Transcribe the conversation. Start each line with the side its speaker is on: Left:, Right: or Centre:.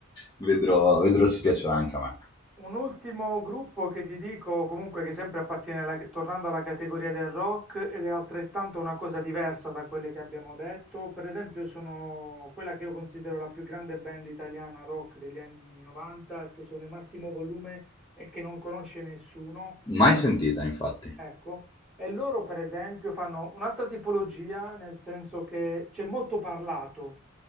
Left: Vedrò, vedrò se piacerà anche a me.
Centre: Un ultimo gruppo che ti dico, comunque che sempre appartiene alla, tornando alla categoria del rock ed è altrettanto una cosa diversa da quelle che abbiamo detto, per esempio sono quella che io considero la più grande band italiana rock degli anni 90, che sono i Massimo Volume e che non conosce nessuno,
Left: Mai sentita, infatti.
Centre: ecco, e loro per esempio fanno un'altra tipologia, nel senso che c'è molto parlato.